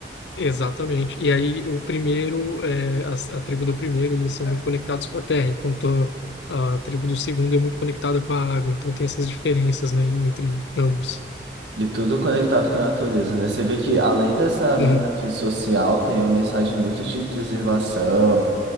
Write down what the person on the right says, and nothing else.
E tudo conectado com a natureza, né? Você vê que além dessa
mensagem social, tem uma mensagem muito de preservação,